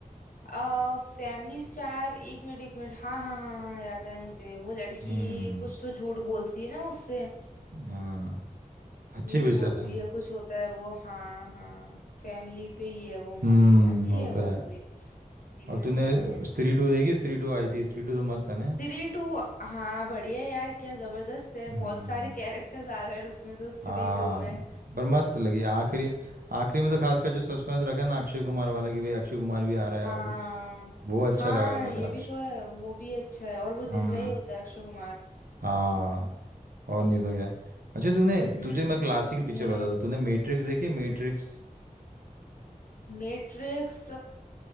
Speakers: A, on the left; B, on the right.
A: आ फैमिली स्टार एक मिनट एक मिनट हाँ हाँ हाँ हाँ याद है मुझे वो लड़की
B: हम्म
A: कुछ तो झूठ बोलती है ना उससे
B: हाँ अच्छी
A: झूठ
B: पिक्चर
A: बोलती
B: है
A: है कुछ होता है वो हाँ हाँ फैमिली पे ही है वो मूवी
B: हम्म
A: अच्छी
B: वो
A: है
B: तो
A: वो
B: है
A: मूवी देख
B: और
A: रखी
B: तूने
A: है मैंने
B: स्त्री टू देखी स्त्री टू आई थी स्त्री टू तो मस्त है ना
A: स्त्री टू हाँ बढ़िया यार क्या जबरदस्त है
B: हम्म
A: बहुत सारे कैरेक्टर्स आ गए उसमें तो स्त्री
B: हाँ
A: टू में
B: पर मस्त लगी आखिरी आखिरी में तो खासकर जो सस्पेंस रखा है ना अक्षय कुमार वाला कि भाई अक्षय कुमार भी आ
A: हाँ
B: रहा है अभी वो अच्छा
A: हाँ
B: लगा मुझे
A: ये
B: अक्ष
A: भी तो है वो भी अच्छा है और वो
B: हम
A: जिंदा ही होता है अक्षय कुमार
B: हाँ और नहीं तो क्या अच्छा तूने
A: हम्म
B: तुझे मैं क्लासिकल
A: इसमें
B: पिक्चर बता दूँ तूने मैट्रिक्स देखी है? मैट्रिक्स
A: मैट्रिक्स